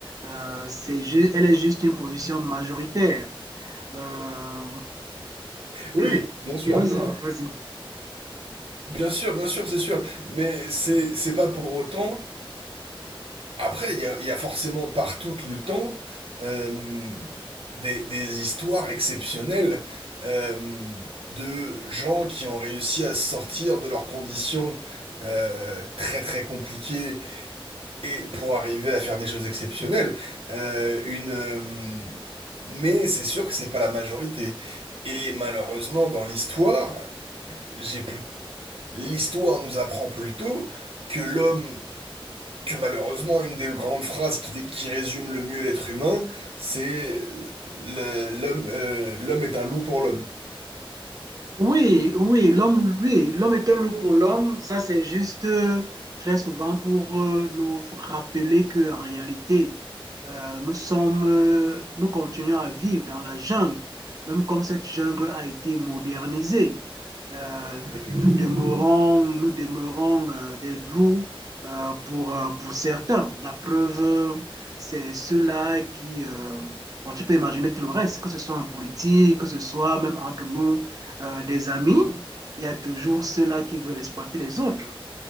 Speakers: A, on the right; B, on the right.
A: euh, c'est ju- elle est juste une position majoritaire. Euh,
B: Oui,
A: mais
B: bien sûr,
A: mais vas-y, vas-y.
B: bien sûr, bien sûr, c'est sûr. Mais c'est c'est pas pour autant. Après, il y a, il y a forcément partout, tout le temps, euh, des, des histoires exceptionnelles euh, de gens qui ont réussi à sortir de leurs conditions euh, très très compliquées et pour arriver à faire des choses exceptionnelles. Euh, une, euh, mais c'est sûr que c'est pas la majorité. Et malheureusement, dans l'histoire, j'ai plus L'histoire nous apprend plutôt que l'homme, que malheureusement, une des grandes phrases qui, qui résume le mieux l'être humain, c'est euh, le- l'homme, euh, l'homme est un loup pour l'homme.
A: Oui, oui, l'homme, oui, l'homme est un loup pour l'homme. Ça, c'est juste euh, très souvent pour euh, nous rappeler que en réalité, euh, nous sommes, euh, nous continuons à vivre dans la jungle, même comme cette jungle a été modernisée. Euh,
B: Effectivement.
A: nous demeurons, nous demeurons euh, des loups euh, pour euh, pour certains. La preuve, euh, c'est ceux-là qui euh, Bon, tu peux imaginer tout le reste, que ce soit en politique, que ce soit même entre nous, euh, des amis, il y a toujours ceux-là qui veulent exploiter les autres.